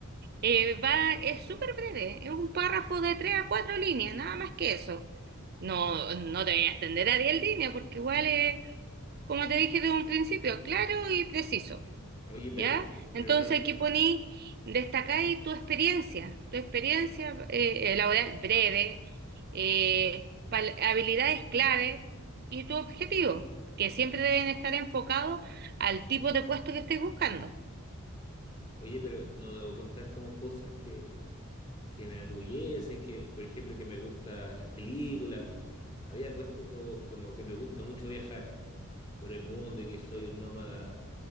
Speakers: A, on the right; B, on the left.
A: Eh, va, es súper breve, es un párrafo de tres a cuatro líneas, nada más que eso. No, no te voy a extender a 10 líneas porque igual es, como te dije desde un principio, claro y preciso,
B: oye, pero,
A: ¿ya? Entonces
B: pero no,
A: aquí poní, destacáis tu experiencia, tu experiencia eh, eh, laboral breve, eh, pal- habilidades clave y tu objetivo, que siempre deben estar enfocados al tipo de puesto que estés buscando.
B: oye, pero no debo contar como cosas que que me enorgullecen, que, por ejemplo, que me gustan las películas. Había puesto co- como, que me gusta mucho viajar por el mundo y que soy un nómada